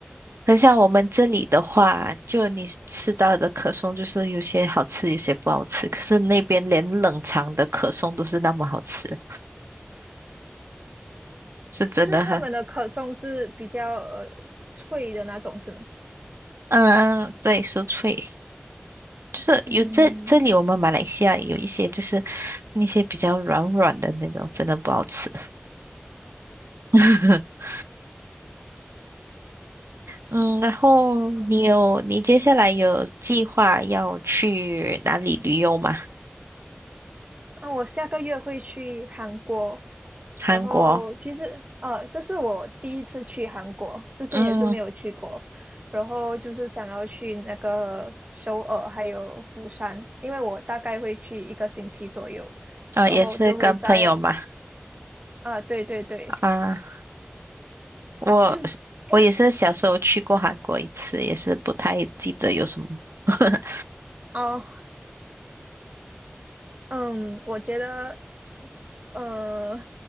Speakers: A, on the right; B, on the right.
A: 很像我们这里的话，就你吃到的可颂，就是有些好吃，有些不好吃。可是那边连冷藏的可颂都是那么好吃，是真的很。
B: 就是他们的可颂是比较呃脆的那种，是吗？
A: 嗯，对，酥脆，就是有这这里我们马来西亚有一些就是
B: 嗯，
A: 那些比较软软的那种，真的不好吃。<laughs> 嗯，然后你有你接下来有计划要去哪里旅游吗？
B: <laughs> 啊，我下个月会去韩国，
A: 韩国。
B: 然后其实呃，这是我第一次去韩国，之前也是没有去过，
A: 嗯。
B: 然后就是想要去那个首尔还有釜山，因为我大概会去一个星期左右，
A: 哦，
B: 然后就会在
A: 也是跟朋友嘛，
B: 啊、对对对，
A: 啊，我
B: <coughs> <clears throat>
A: 我也是小时候去过韩国一次，
B: 哎
A: 也是不太记得有什么。<laughs>
B: 哦，嗯，我觉得，呃，